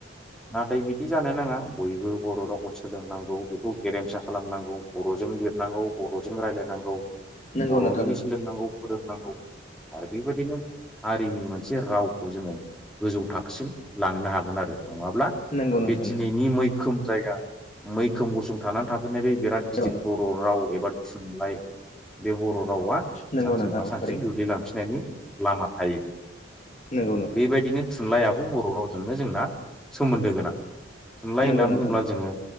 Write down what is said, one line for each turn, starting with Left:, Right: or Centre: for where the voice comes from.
Centre: नाथाय बिदि जानो नाङा बयबो बर' रावखौ सोलोंनांगौ बेखौ गेरेमसा खालामनांगौ बर'जों लिरनांगौ बर'जों रायलायनांगौ
Left: नंगौ
Centre: बर'निनो
Left: नोंथां
Centre: सोलोंनांगौ फोरोंनांगौ। आरो बेबायदिनो हारिनि मोनसे रावखौ जोङो गोजौ थाखोसिम लांनो हागोन आरो। नङाब्ला
Left: नंगौ नोंथां
Centre: बे दिनैनि
Left: नंगौ
Centre: मैखोम जायगा मैखोम गुसं थानानै थाफैनाय बे बिराद गिदिर
Left: औ
Centre: बर' राव एबा थुनलाइ बुं बे बर' रावा
Left: नंगौ
Centre: सानसे
Left: नोंथां
Centre: नङा सानसे
Left: थारैनो
Centre: गोग्लैलांफिननायनि लामा थायो
Left: नंगौ नोंथां
Centre: बेबायदिनो थुनलाइ आफा बर' रावजोंनो जोंना सोमोन्दो गोनां थुनलाइ
Left: नंगौ
Centre: होनना
Left: नोंथां
Centre: बुङोब्ला
Left: नंगौ
Centre: जोङो